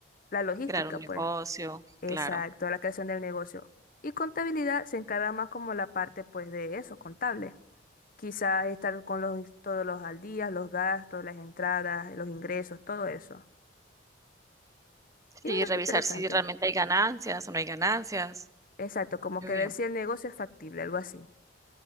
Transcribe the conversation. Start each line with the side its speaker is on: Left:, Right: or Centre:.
Left: La logística,
Right: Crear un
Left: pues.
Right: negocio,
Left: Exacto,
Right: claro.
Left: la creación del negocio. Y contabilidad se encarga más como la parte, pues, de eso, contable. Quizás estar con los, todos los al día, los gastos, las entradas, los ingresos, todo eso. Y
Right: Sí,
Left: bastante
Right: revisar
Left: interesante.
Right: si realmente hay ganancias o no hay ganancias.
Left: Exacto, como
Right: Muy
Left: que
Right: bien.
Left: ver si el negocio es factible, algo así.